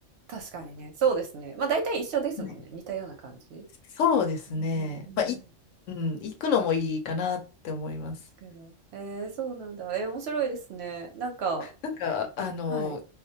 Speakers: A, on the right; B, on the left.
A: 確かにね。そうですね。まあ大体一緒ですもんね。
B: はい
A: 似たような感じ。
B: そうですね。
A: うんうんうんうん。
B: まあ、い、うん、行くのもいいかなって思います。
A: ですけど。えー、そうなんだ。えー、面白いですね。なんか、
B: なんか、あの、
A: はい。